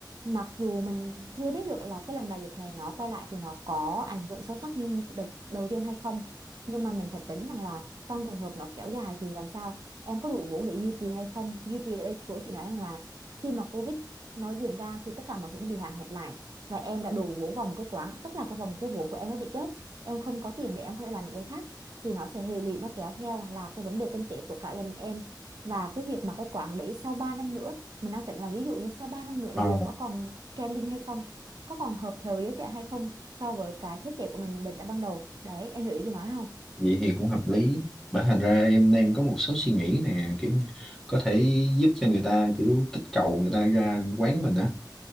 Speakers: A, on the right; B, in the centre.
A: mặc dù mình chưa biết được là cái lần đại dịch này nó quay lại thì nó có ảnh hưởng sâu sắc như đợt đầu tiên hay không nhưng mà mình phải tính rằng là trong trường hợp nó kéo dài thì làm sao em có đủ vốn để duy trì hay không duy trì ở đây của chị nói rằng là khi mà Covid nó diễn ra thì tất cả mọi thứ nó bị hạn hẹp lại và em đã đổ vốn vào một cái quán tức là cái vòng cái vốn của em nó bị chết em không có tiền để em có thể làm những cái khác thì nó sẽ hệ lụy nó kéo theo là cái vấn đề kinh tế của cả gia đình em và cái việc mà cái quán đấy sau 3 năm nữa mình đang tính là ví dụ như sau 3 năm nữa
B: Ờ.
A: liệu có còn trending hay không có còn hợp thời với giới trẻ hay không so với cái thiết kế của mình định đã ban đầu đấy em hiểu ý chị nói không
B: Vậy thì cũng hợp lý. Bởi thành ra em đang có một số suy nghĩ nè, kiểu có thể giúp cho người ta kiểu kích cầu người ta ra quán mình á.